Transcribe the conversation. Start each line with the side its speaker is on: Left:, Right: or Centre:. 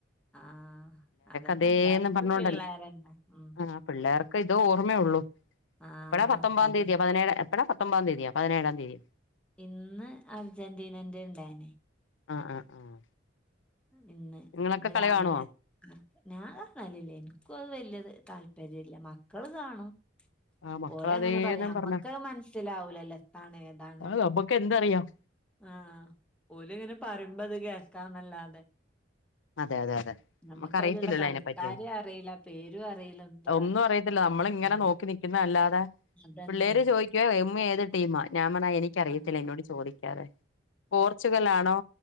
Centre: ആഹ് അതന്നെ
Left: അതേന്ന്
Centre: എല്ലായിടത്തും
Left: പറഞ്ഞോണ്ടല്ലേ
Centre: പിള്ളേരന്നെ ഉം
Left: ആഹ് പിള്ളേർക്ക് ഇത് ഓർമ്മയൊള്ളു
Centre: ആഹ്
Left: എപ്പഴാ പത്തൊമ്പാം
Centre: മദ്ര
Left: തീയതിയോ പതിനേഴ് എപ്പൊഴാ പത്തൊമ്പതാ തീയതിയോ പതിനേഴാം തീയതിയോ?.
Centre: ഇന്ന് അർജന്റീനന്റെ ഇണ്ടായിനി
Left: ആഹ് ആഹ് ആഹ്
Centre: ഇന്ന്
Left: നിങ്ങളൊക്കെ
Centre: ഇന്ന്
Left: കളി
Centre: രാവിലെ
Left: കാണുവോ
Centre: ഞാൻ കാണലില്ല ഇനിക്ക് വലിയ താല്പര്യം ഇല്ല. മക്കള് കാണും.
Left: ആഹ് മക്കള്
Centre: ഓലെ അങ്ങനെ
Left: അതേന്നും
Centre: പറയും നമ്മക്ക്
Left: പറഞ്ഞ
Centre: മനസ്സിലാവൂലല്ലോ എത്താണ് ഏതാണ്
Left: അഹ് നമുക്ക് എന്തറിയാം?.
Centre: ആഹ് ഓല് ഇങ്ങനെ പറയുമ്പോ അത് കേൾക്കാന്നല്ലാതെ
Left: അതെ അതെ അതെ
Centre: നമ്മക്ക്
Left: നമുക്കറിയത്തില്ലല്ലോ
Centre: അയിലുള്ള കളിക്കാരെ
Left: അയിനെപറ്റിയൊന്നും
Centre: അറിയില്ല പേരും അറിയില്ല എന്തും
Left: ഒന്നുഅറിയത്തില്ല
Centre: അറിയില്ല
Left: നമ്മളിങ്ങനെ
Centre: ഉം
Left: നോക്കി നി പിന്നല്ലാതെ
Centre: അതന്നെ
Left: പിള്ളേര് ചോയിക്കുവാ ഉമ്മി ഏത് ടീമാ ഞാപറഞ്ഞു അയിന് ഇക്കറിയത്തില്ല
Centre: ആഹ്
Left: ഇന്നോട് ചോദിക്കാതെ പോർച്ചുഗല്ലാണോ